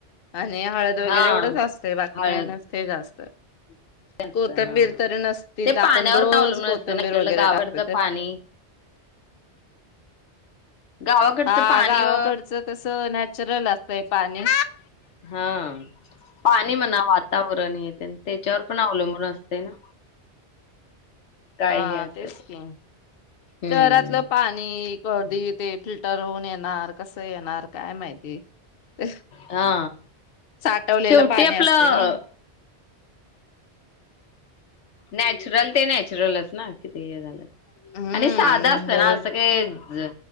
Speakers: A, on the left (about 60°); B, on the left (about 85°).
A: आणि हळद वगैरे
B: हां,
A: एवढंच असतेंय बाकी
B: हळद
A: काय नस जास्त आहे.
B: ते असतं
A: कोथंबीर
B: हां.
A: तरी नसतीच
B: ते
A: आपण
B: पाण्यावर
A: रोज
B: पण अवलंबून
A: कोथंबीर
B: असतं ना इकडलं
A: वगैरे
B: गावाकडचं
A: टाकतोय ते
B: पाणी गावाकडचं
A: हा
B: पाणी
A: गावाकडचं
B: अ
A: कस नॅचरल अस कसंय पाणी
B: हा पाणी म्हणा वातावरण येत त्याच्यावर पण अवलंबून असते ना काय
A: हा
B: हे असं
A: तेच
B: ते
A: की
B: हम्म.
A: शहरातलं पाणी कधी ते फिल्टर होऊन येणार कसं येणार काय माहिती? ते
B: हा
A: साठवलेलं
B: शेवटी
A: पाणी
B: आपलं
A: असते ना.
B: अ नॅचरल ते नॅचरलच ना किती हे झालं.
A: हम्म
B: आणि साधं असतंय
A: बरं
B: ना असं काही ज